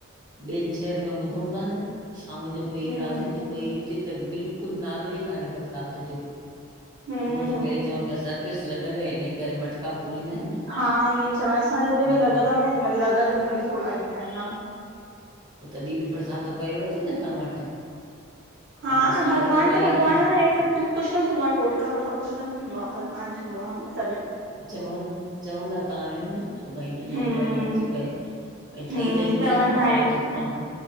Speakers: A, on the right; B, on the right.
A: ॿियनि शहरन में ॿुधऊं ता न शाम जो पई
B: हम्म
A: राति जो पई हिते त बिल कुझ नालो ई कान्हे बरसाति जो
B: हम्म
A: हुअं त पहिरें चवनि पिया सर कस लॻल ऐ इन ये करे मटका पूरींदा इन न।
B: हा ई ऐं चवण सांअसांजे इते बि लॻल
A: पवनि
B: आ न हिमल लगल हुजे थोड़ा ॾींहं हिन
A: पो तॾि बि बरसात त पएव ती न तहां वटि।
B: हा
A: ऐं असां
B: भॻवान
A: वटि पए
B: त भगवान
A: ई नथी
B: आ न। हे सब त कुछ न थींदो आ टोटका वोटका कुछ न थींदो आ भॻवान थींदो आ बस।
A: चवनि चवंदा त आहिनि त भई हिनन
B: हम्म
A: जे ही करे नथी पए। भई
B: हम्म
A: ठई त ईंदी
B: चवंदा
A: आ न हवा
B: आहिनि
A: ऐं तूफान।